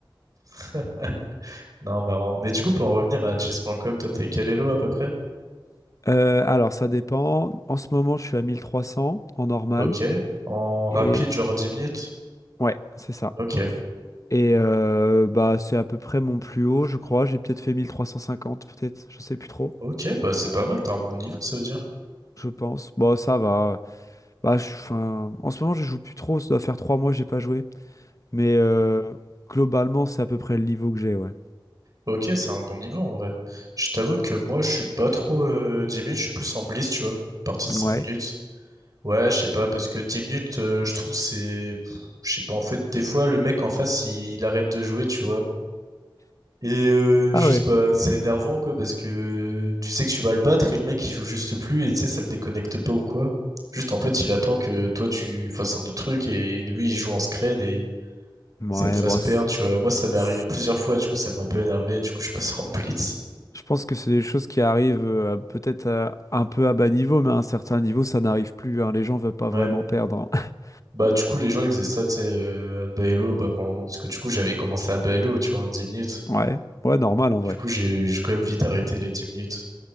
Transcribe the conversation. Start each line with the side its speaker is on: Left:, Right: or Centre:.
Right: <laughs> Non, marrant. Mais du coup, pour en revenir à chess.com, toi, t'es quel elo à peu près?
Left: Euh, alors, ça dépend. En ce moment, je suis à 1300 en normal.
Right: Ok. En rapide,
Left: Et
Right: genre 10 minutes?
Left: ouais, c'est ça.
Right: Ok.
Left: Et euh, bah, c'est à peu près mon plus haut, je crois. J'ai peut-être fait 1350 peut-être. Je sais plus trop,
Right: Ok, bah, c'est pas mal, t'as un bon niveau, ça veut dire.
Left: je pense. Bon, ça va. Bah, je, 'fin, en ce moment, je joue plus trop. Ça doit faire trois mois que j'ai pas joué. Mais euh, globalement, c'est à peu près le niveau que j'ai, ouais.
Right: Ok, c'est un bon niveau en vrai. Je t'avoue que moi, je suis pas trop euh, 10 minutes, je suis plus en blitz, tu vois. Partie de cinq
Left: Ouais.
Right: minutes. Ouais, je sais pas, parce que 10 minutes, euh, je trouve c'est... Je sais pas, en fait, des fois, le mec en face, il, il arrête de jouer, tu vois. Et euh, juste,
Left: Ah ouais.
Right: bah, c'est énervant, quoi, parce que tu sais que tu vas le battre et le mec, il joue juste plus, et tu sais, ça le déconnecte pas ou quoi. Juste, en fait, il attend que toi, tu fasses un autre truc, et lui, il joue en scred, et
Left: Ouais,
Right: ça te fasse
Left: bon,
Right: perdre,
Left: c'est-
Right: tu vois. Moi, ça m'est
Left: c'est-
Right: arrivé plusieurs fois, du coup, ça m'a un peu énervé, et du coup, je passe <laughs> en blitz.
Left: je pense que c'est des choses qui arrivent euh, peut-être euh, un peu à bas niveau, mais à un certain niveau, ça n'arrive plus, hein. Les gens veulent pas
Right: Ouais,
Left: vraiment perdre, hein. <laughs>
Right: Bah, du coup, les gens, ils faisaient ça, tu sais, euh, à Baello, bah, quand, parce que du coup, j'avais commencé à Baello, tu vois, en dix minutes.
Left: Ouais. Ouais, normal en
Right: Du
Left: vrai.
Right: coup, j'ai, j'ai quand même vite arrêté les 10 minutes.